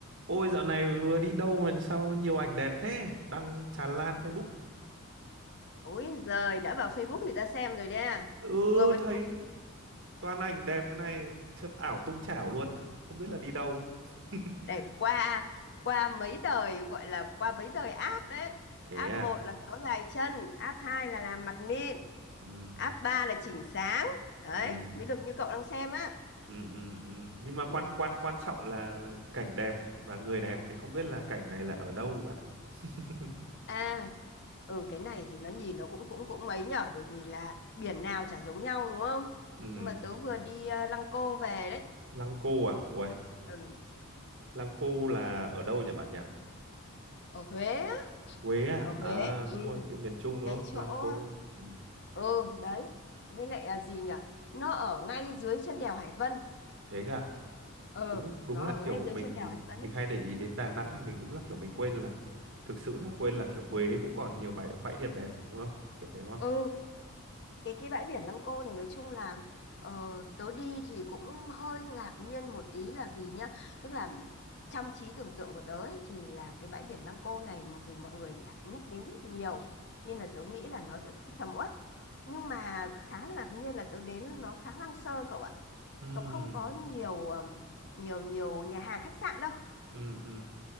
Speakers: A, on the right; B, on the left.
A: Ôi dạo này vừa đi đâu mà sao nhiều ảnh đẹp thế? Đăng tràn lan Facebook.
B: Ôi giời, đã vào Facebook người ta xem rồi đấy à.
A: Ừ
B: Vừa mới
A: thấy
B: post
A: toàn ảnh đẹp này, chụp ảo tung chảo luôn, không biết là đi đâu. <laughs>
B: để qua qua mấy đời gọi là qua mấy đời app đấy.
A: Thế
B: App
A: à?
B: một là kéo dài chân, app 2 là làm mặt mịn,
A: Ừ,
B: app 3 là chỉnh sáng. Đấy,
A: ừ,
B: mới được như cậu đang xem á.
A: ừ, ừ, ừ. Nhưng mà
B: Ừ.
A: quan quan quan trọng là cảnh đẹp và người đẹp thì không biết là cảnh này là ở đâu bạn ạ. <laughs>
B: À, ừ cái này thì nó nhìn nó cũng cũng cũng mấy nhở bởi vì là biển nào chả giống nhau đúng không?
A: Ừ,
B: Nhưng mà tớ vừa đi ờ, Lăng Cô về đấy.
A: Lăng Cô à? Uầy,
B: Ừ,
A: Lăng Cô là ở đâu nhỉ bạn nhỉ?
B: ở Huế á,
A: Huế à?
B: ở Huế.
A: À đúng
B: Ừ,
A: rồi, kiểu miền Trung đúng
B: cái
A: không?
B: chỗ
A: Lăng Cô. Ừ,
B: ừ đấy với lại là gì nhỉ nó ở ngay dưới chân đèo Hải Vân
A: thế cả.
B: ừ
A: đúng đúng
B: nó
A: là
B: ở
A: kiểu
B: ngay dưới
A: mình
B: chân đèo Hải Vân
A: mình
B: ấy
A: hay để ý đến Đà Nẵng mà mình đúng là kiểu mình quên là thực sự là quên là kiểu Huế cũng còn nhiều bãi bãi điểm đẹp đúng không kiểu thế đúng không
B: ừ cái cái bãi biển Lăng Cô này nói chung là ờ, tớ đi thì cũng hơi ngạc nhiên một tí là vì nhá tức là trong trí tưởng tượng của tớ ấy, thì là cái bãi biển Lăng Cô này vì mọi người nhắc đến rất nhiều nên là tớ nghĩ là nó sẽ rất sầm uất nhưng mà khá là ngạc nhiên là tớ đến nó khá hoang sơ cậu ạ
A: ừm
B: nó không có nhiều ờm, nhiều nhiều nhà hàng khách sạn đâu
A: ừm ừm